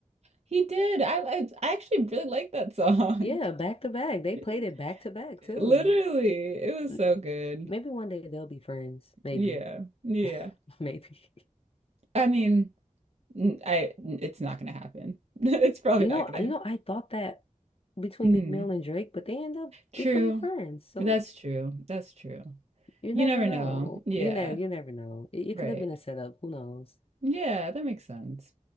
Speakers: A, on the right; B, on the left.
A: He did. I, I I actually really like that song.
B: Yeah, back to back. They played
A: <laughs>
B: it back to back too.
A: Literally, it was
B: M-
A: so good.
B: Maybe one day they'll be friends. Maybe.
A: Yeah. Yeah.
B: <laughs> Maybe.
A: I mean, n- I n- it's not gonna happen. <laughs> It's probably
B: You
A: not
B: know,
A: gonna
B: you
A: happen.
B: know, I thought that between
A: Mm.
B: Meek Mill and Drake, but they end up
A: True.
B: becoming friends. So
A: That's true. That's true.
B: you
A: You
B: never
A: never
B: know.
A: know. Yeah.
B: You know, you never know. It, it
A: Right.
B: could have been a setup. Who knows?
A: Yeah, that makes sense.